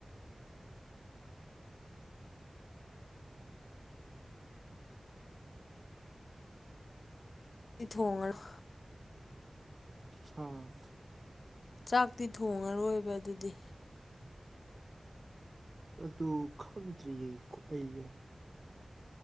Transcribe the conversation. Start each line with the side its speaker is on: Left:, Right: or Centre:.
Left: ꯏꯊꯣꯡꯉꯔꯣ
Right: ꯍꯥ
Left: ꯆꯥꯛꯇꯤ ꯊꯣꯡꯉꯔꯣꯏꯕ ꯑꯗꯨꯗꯤ
Right: ꯑꯗꯨ ꯈꯪꯗ꯭ꯔꯤꯌꯦ ꯀ ꯑꯩꯖꯦ